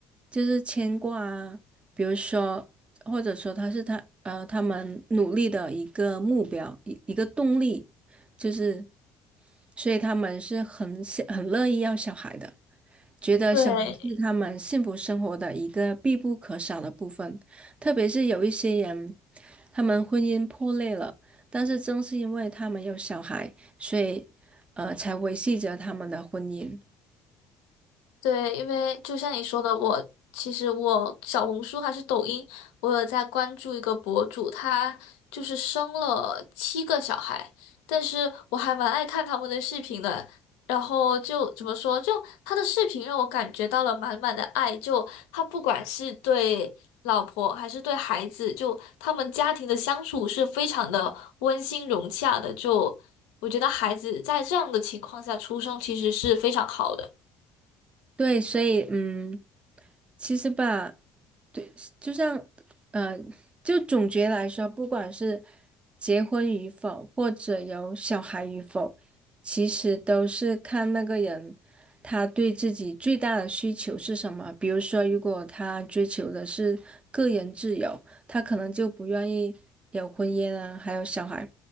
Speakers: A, on the right; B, on the left.
A: 就是牵挂啊，比如说，或者说他是他呃他们努力的一个目标，一一个动力，就是，所以他们是很想很乐意要小孩的。觉得小孩是他们幸福生活的一个必不可少的部分，
B: 对，
A: 特别是有一些人，他们婚姻破裂了，但是正是因为他们有小孩，所以呃才维系着他们的婚姻。
B: 对，因为就像你说的，我其实我小红书还是抖音，我有在关注一个博主，他就是生了七个小孩，但是我还蛮爱看他们的视频的。然后就怎么说，就他的视频让我感觉到了满满的爱，就他不管是对老婆还是对孩子，就他们家庭的相处是非常的温馨融洽的。就我觉得孩子在这样的情况下出生其实是非常好的。
A: 对，所以嗯，其实吧，对，就像，呃，就总结来说，不管是结婚与否，或者有小孩与否，其实都是看那个人他对自己最大的需求是什么。比如说，如果他追求的是个人自由，他可能就不愿意有婚姻啊，还有小孩。